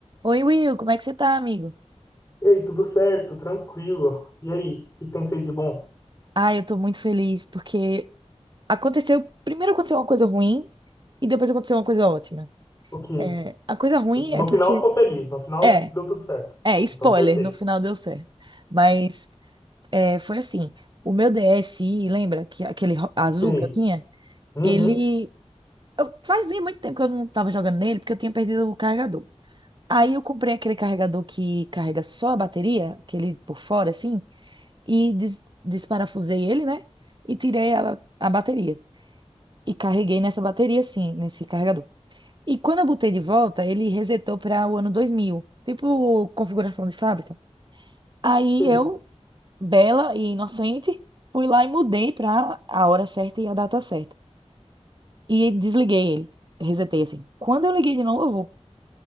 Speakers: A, on the right; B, on the left.
A: Oi, Will, como é que você tá, amigo?
B: E aí, tudo certo? Tranquilo. E aí, o que tem feito de bom?
A: Ah, eu tô muito feliz porque aconteceu. Primeiro aconteceu uma coisa ruim e depois aconteceu uma coisa ótima.
B: O que?
A: É, a coisa ruim é
B: No
A: porque.
B: final ficou feliz, no final
A: É,
B: deu tudo certo.
A: é, spoiler,
B: Então, perfeito.
A: no final deu certo. Mas é, foi assim: o meu DSi, lembra que aquele ro- azul
B: Sei.
A: que eu tinha?
B: Uhum,
A: Ele. Eu, fazia muito tempo que eu não tava jogando nele porque eu tinha perdido o carregador. Aí eu comprei aquele carregador que carrega só a bateria, aquele por fora, assim. e des- desparafusei ele, né? E tirei a, a bateria. E carreguei nessa bateria, assim, nesse carregador. E quando eu botei de volta, ele resetou para o ano 2000, tipo configuração de fábrica. Aí
B: sei.
A: eu, bela e inocente, fui lá e mudei para a hora certa e a data certa. E desliguei ele, resetei assim. Quando eu liguei de novo,